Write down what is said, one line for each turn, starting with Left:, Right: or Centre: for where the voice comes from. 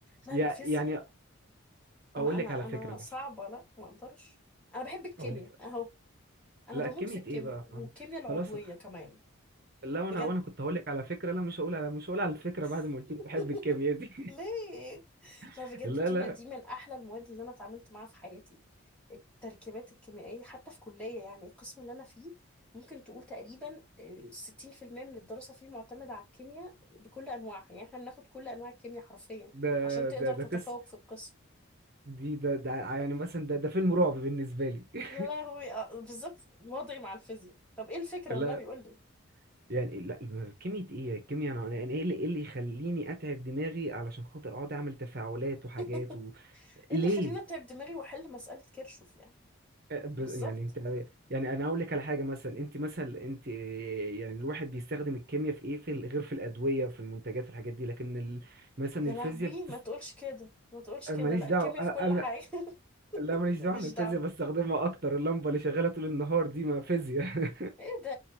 Centre: لا
Right: يع-
Centre: لا فيزياء
Right: يعني اقول
Centre: انا انا
Right: لك على فكره
Centre: انا
Right: مثلا
Centre: صعبه لا ما اقدرش انا بحب الكيمياء
Right: اقول لك
Centre: اهو انا
Right: لا
Centre: بموت
Right: كميه
Centre: في الكيمياء
Right: ايه بقى
Centre: والكيمياء
Right: خلاص
Centre: العضويه
Right: خلاص،
Centre: كمان
Right: لا
Centre: بجد
Right: انا وانا كنت هقول لك على فكره لا مش هقول على مش هقول على الفكره بعد
Centre: <laughs>
Right: ما قلت لي بحب الكيمياء دي
Centre: ليه
Right: <laughs>
Centre: لا بجد
Right: لا
Centre: الكيمياء
Right: لا
Centre: دي من احلى المواد اللي انا اتعاملت معاها في حياتي التركيبات الكيميائيه حتى في كليه يعني القسم اللي انا فيه ممكن تقول تقريبا آه، 60% من الدراسه فيه معتمده على الكيمياء بكل انواعها يعني احنا بناخد كل انواع الكيمياء حرفيا
Right: ده
Centre: عشان تقدر
Right: ده
Centre: تتفوق
Right: ده قصه
Centre: في القسم
Right: دي ده ده يعني مثلا ده ده فيلم رعب بالنسبه لي <laughs>
Centre: يا لهوي آه، بالظبط وضعي مع الفيزياء طب ايه الفكرة
Right: لا
Centre: والنبي قول لي
Right: يعني لا كيمياء ايه الكيمياء انا يعني ايه اللي إيه اللي يخليني اتعب دماغي علشان خاطر اقعد اعمل تفاعلات وحاجات
Centre: <laughs>
Right: و...
Centre: ايه
Right: ليه
Centre: اللي يخليني اتعب دماغي واحل مسألة كيرشوف يعني
Right: أه، ب-
Centre: بالظبط
Right: يعني انت يعني انا اقول لك على حاجه مثلا انت مثلا انت يعني الواحد بيستخدم الكيمياء في ايه في ال- غير في الادويه في المنتجات في الحاجات دي لكن ال... مثلا
Centre: يا
Right: الفيزياء
Centre: لهوي
Right: بتس...
Centre: ما تقولش كده ما تقولش
Right: ماليش
Centre: كده لا
Right: دعوه
Centre: الكيمياء
Right: أ-
Centre: في كل
Right: انا
Centre: حاجة <laughs>
Right: لا ماليش
Centre: ماليش
Right: دعوه انا الفيزياء
Centre: دعوة
Right: بستخدمها اكتر اللمبه اللي شغاله طول النهار دي ما فيزياء <laughs>
Centre: ايه ده